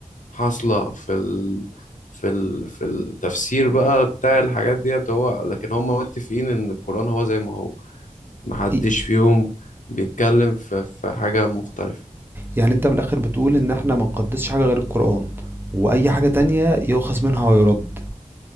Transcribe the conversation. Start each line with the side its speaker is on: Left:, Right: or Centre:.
Left: حاصلة في ال... في ال... في التفسير بقى بتاع الحاجات ديت هو لكن هم متفقين ان القرآن هو زي ما هو محدش
Right: إيه-
Left: فيهم بيتكلم في... في حاجة مختلفة
Right: يعني انت من الآخر بتقول إن احنا ما نقدسش حاجة غير القرآن وأي حاجة تانية يؤخذ منها ويرد